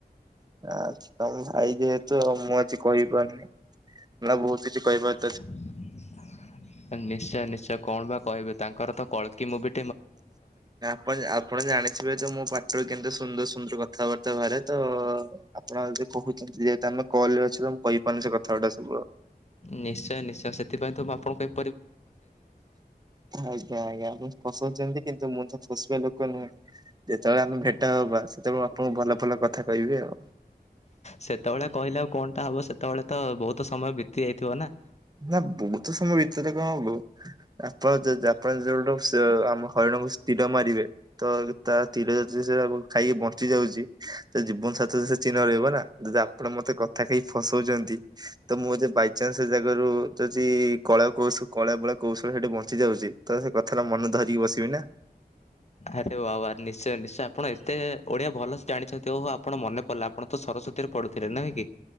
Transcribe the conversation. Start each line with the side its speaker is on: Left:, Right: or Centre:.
Right: ଆଛା। ତମ ଭାଇ ଯେହେତୁ ମୁଁ ଆଜି କହିପାରୁିନି ନା ବହୁତ କିଛି କହିପାରୁ
Left: ନିଶ୍ଚୟ ନିଶ୍ଚୟ କଣ ବା କହିବି ତାଙ୍କର ତ କଳକି ମୁଭି
Right: ଆପଣ ଆପଣ ଜାଣିଥିବେ ତ ମୋ ପାଟିରୁ କେମିତି ସୁନ୍ଦର ସୁନ୍ଦର କଥାବାର୍ତ୍ତା ବାହାରେ ତ। ତ ଆପଣ ଯଦି କହୁଛନ୍ତି ଯେହେତୁ ଆମେ କଲରେ ଅଛ ତ ମୁଁ କହିପାରୁନି ସେ କଥା ଗୁଡା ସବୁ ଆଉ।
Left: ନିଶ୍ଚୟ ନିଶ୍ଚୟ ସେଥିପାଇଁ ତ ମୁଁ ଆପଣ କହିଵ
Right: ଆଜ୍ଞା ଆଜ୍ଞା ଆ ଫସଉଛନ୍ତି କିନ୍ତୁ ମୁଁ ତ ଫସିବା ଲୋକ ନୁହଁ ଯେତେବେଳେ ଆମେ ଭେଟ ହବା ସେତେବେଳେ ଆପଣଙ୍କୁ ଭଲ ଭଲ କଥା କହିବି ଆଉ।
Left: ସେତେବେଳେ କହିଲେ ଆଉ କଣଟା ହବ ସେତେବେଳେ ତ ବହୁତ ସମୟ ବିତି ଯାଇଥିବ ନା।
Right: ନା ବହୁତ ସମୟ ଭିତରେ କଣ ହବୁ ଆପଣ ଯ ଆପଣ ଯଉଟୁ ସେ ଆମ ହରିଣକୁ ସ୍ଥିର ମାରିବେ ତ ତା ତା ତୀର ଯଦି ସେ ଖାଇକି ବଞ୍ଚି ଯାଉଚି ସେ ଜୀବନ ସାଥି ତ ସେ ରହିବ ନା ଯଦି ଆପଣ ମତେ କଥା କହି ଫସଉଛନ୍ତି ତ ମୁଁ ଜେ ବାଇଚାନ୍ସ ଗରୁ ଯଦି କଳା କୌଶଳ କଳେ ବଳେ କୌଶଳେ ସେଠି ବଞ୍ଚି ଯାଉଛି ତ ସେ କଥାଟା ମନେ ଧରିକି ବସିବ। କିନା।
Left: ଆରେ ବାବା ନିଶ୍ଚୟ ନିଶ୍ଚୟ ଆପଣ ଏତେ ଓଡିଆ ଭଲସେ ଜାଣିଛ ଓହ ଆପଣ ମନେ ପଡ଼ିଲା ଆପଣତ ସରସ୍ୱତୀରେ ପଡୁଥିଲେ ନାଁ କି?